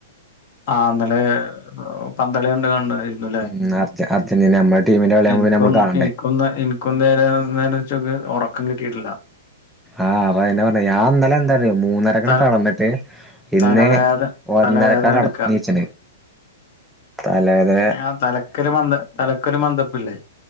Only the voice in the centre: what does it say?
ഉം അർജന്റീന നമ്മടെ ടീമിന്റെ കളിയാകുമ്പോ
പിന്നെ നമ്മള് കാണണ്ടേ
ആഹ് അതന്നെ പറഞ്ഞ ഞാന്നലെ എന്താല അത് മൂന്നരക്കട്
കടന്നിട്ട് ഇന്ന്
ഒന്നരക്ക
കട
എണീച്ചത് ആഹ അല്ലെ